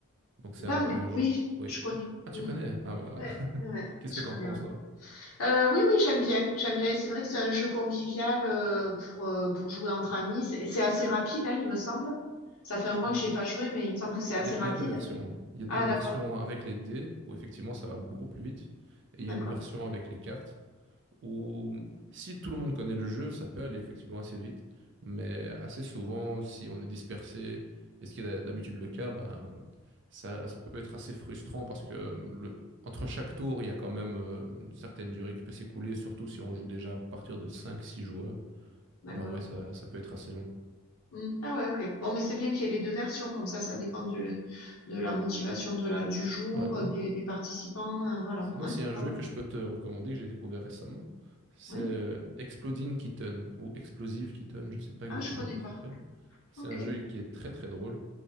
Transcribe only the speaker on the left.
Bang,
oui,
je connais.
Mm.
Ouais,
ouais, ouais,
je
connais,
ouais.
Euh, oui, oui, j'aime bien, j'aime bien. Et c'est vrai que c'est un jeu convivial euh, pour, euh, pour jouer entre amis. C'est c'est assez rapide, hein, il me semble. Ça fait un mois
que j'y ai pas joué, mais il me semble que c'est assez
rapide.
Ah,
d'accord,
d'accord,
d'accord.
Mm. Ah ouais, ok. Bon, mais c'est bien qu'il y ait les deux versions, comme ça, ça dépend du, de la motivation de la, du jour,
euh, des, des participants. euh, voilà,
ouais,
c'est
pas
mal.
Ouais.
Ah,
je connais
pas.
Ok.